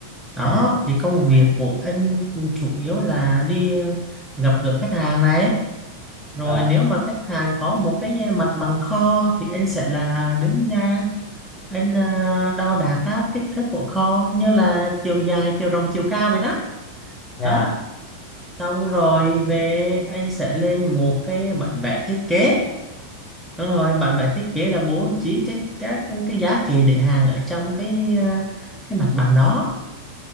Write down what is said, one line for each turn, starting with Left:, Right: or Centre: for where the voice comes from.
Centre: đó
Left: À,
Centre: thì công việc của anh chủ yếu là đi gặp gỡ khách hàng này rồi
Left: rồi,
Centre: nếu mà khách hàng có một cái mặt bằng kho thì anh sẽ là đứng ra anh ờ, đo đạc các kích thước của kho như là chiều dài chiều rộng chiều cao vậy đó
Left: dạ,
Centre: đó xong rồi về anh sẽ lên một cái bản vẽ thiết kế đúng rồi bản vẽ thiết kế là bố trí các các cái giá kệ để hàng ở trong cái ờ, cái mặt bằng đó